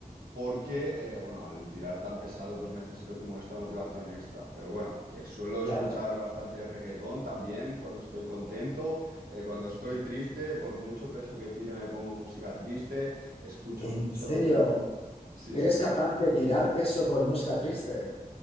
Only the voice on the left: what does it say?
Claro.
¿En
serio?
¿Eres
capaz de tirar peso con música triste?